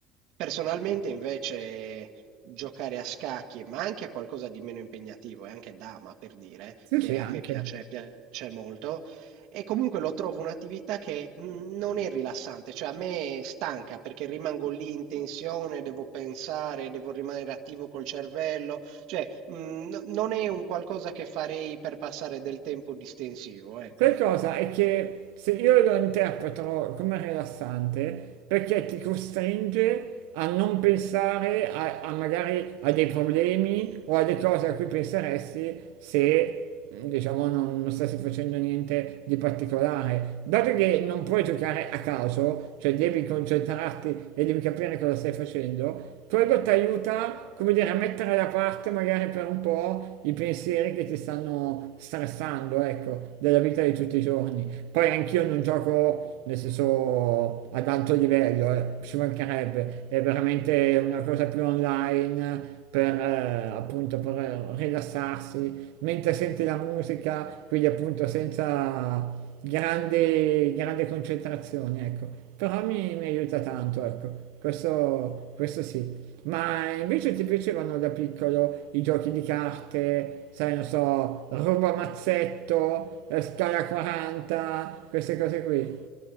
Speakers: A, on the right; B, on the right.
A: Personalmente, invece, giocare a scacchi, ma anche a qualcosa di meno impegnativo, e anche dama per dire,
B: Sì,
A: che
B: sì,
A: a
B: anche.
A: me piace, piace molto, e comunque lo trovo un'attività che mh, non è rilassante, cioè a me stanca perché rimango lì in tensione, devo pensare, devo rimanere attivo col cervello, cioè mh, no- non è un qualcosa che farei per passare del tempo distensivo, ecco.
B: Sai cosa? È che se io lo interpreto come rilassante, perché ti costringe a non pensare a, a magari a dei problemi o a delle cose a cui penseresti se diciamo non, non stessi facendo niente di particolare. Dato che non puoi giocare a caso, cioè devi concentrarti e devi capire cosa stai facendo, quello ti aiuta, come dire, a mettere da parte magari per un po' i pensieri che ti stanno stressando, ecco, della vita di tutti i giorni. Poi anch'io non gioco, nel senso, ad alto livello, eh, ci mancherebbe, è veramente una cosa più online per eh, appunto per rilassarsi mentre senti la musica, quindi appunto senza grande, grande concentrazione, ecco. Però mi, mi aiuta tanto, ecco. Questo, questo sì. Ma invece ti piacevano da piccolo i giochi di carte, sai, non so, ruba mazzetto, eh, scala 40, queste cose qui?